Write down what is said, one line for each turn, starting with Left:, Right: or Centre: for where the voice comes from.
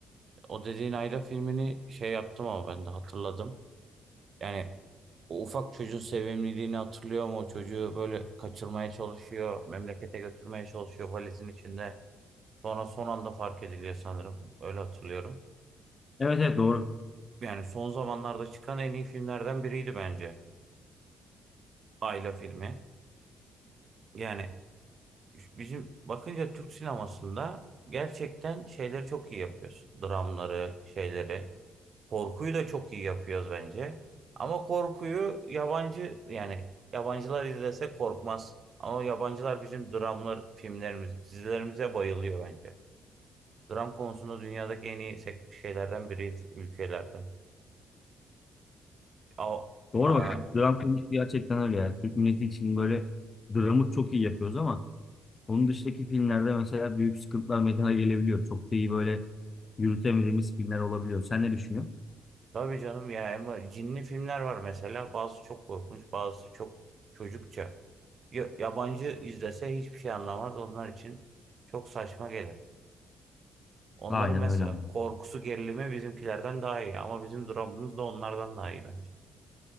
Right: O dediğin Ayla filmini şey yaptım ama ben de hatırladım. Yani o ufak çocuğun sevimliliğini hatırlıyor mu? O çocuğu böyle kaçırmaya çalışıyor, memlekete götürmeye çalışıyor valizin içinde. Sonra son anda fark ediliyor sanırım. Öyle hatırlıyorum.
Left: Evet evet doğru.
Right: Yani son zamanlarda çıkan en iyi filmlerden biriydi bence Ayla filmi. Yani bizim bakınca Türk sinemasında gerçekten şeyleri çok iyi yapıyoruz. Dramları, şeyleri. Korkuyu da çok iyi yapıyoruz bence. Ama korkuyu yabancı yani yabancılar izlese korkmaz. Ama yabancılar bizim dramlar, filmlerimiz, dizilerimize bayılıyor bence. Dram konusunda dünyadaki en iyi sek- şeylerden biriyiz ülkelerden. A,
Left: Doğru
Right: a,
Left: bak. Dram konusu gerçekten öyle ya. Türk milleti için böyle dramı çok iyi yapıyoruz ama onun dışındaki filmlerde mesela büyük sıkıntılar meydana gelebiliyor. Çok da iyi böyle yürütemediğimiz filmler olabiliyor. Sen ne düşünüyorsun?
Right: tabii canım ya ama cinli filmler var mesela. Bazısı çok korkunç, bazısı çok çocukça. Ya- yabancı izlese hiçbir şey anlamaz. Onlar için çok saçma gelir. Onların
Left: Aynen
Right: mesela
Left: öyle abi.
Right: korkusu gerilimi bizimkilerden daha iyi ama bizim dramımız da onlardan daha iyi bence.